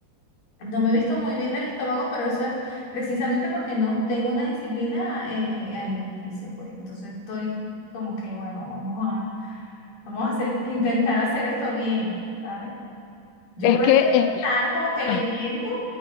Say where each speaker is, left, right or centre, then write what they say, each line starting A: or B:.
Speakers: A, on the left; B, on the left.
A: no me he visto muy bien del estómago, pero eso es precisamente porque no tengo una disciplina eh, alimenticia, pues. Entonces estoy como que, bueno, vamos a, vamos a hacer, intentar hacer esto bien, ¿sabes? Yo
B: Es
A: prefiero
B: que, es
A: estar
B: que-
A: como que leyendo
B: ah,